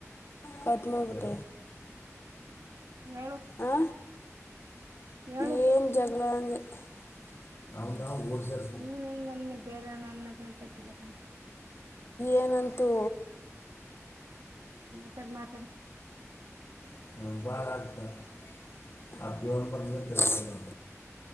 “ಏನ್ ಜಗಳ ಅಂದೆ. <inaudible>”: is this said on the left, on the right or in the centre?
Left